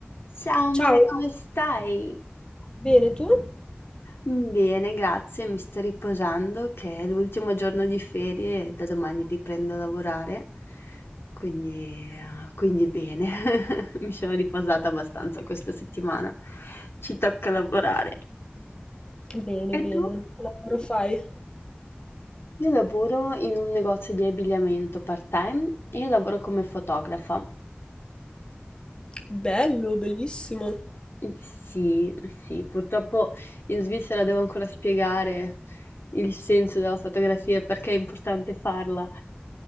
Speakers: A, on the left; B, on the left.
A: Ciao
B: Ciao,
A: Mara, come stai?
B: bene tu?
A: Bene, grazie, mi sto riposando che è l'ultimo giorno di ferie e da domani riprendo a lavorare, quindi, eh, quindi bene, <laughs> mi sono riposata abbastanza questa settimana, ci tocca lavorare.
B: Bene,
A: E
B: bene.
A: tu?
B: Che lavoro fai?
A: Io lavoro in un negozio di abbigliamento part-time e io lavoro come fotografa.
B: Bello, bellissimo.
A: Sì, sì, purtroppo in Svizzera devo ancora spiegare il senso della fotografia e perché è importante farla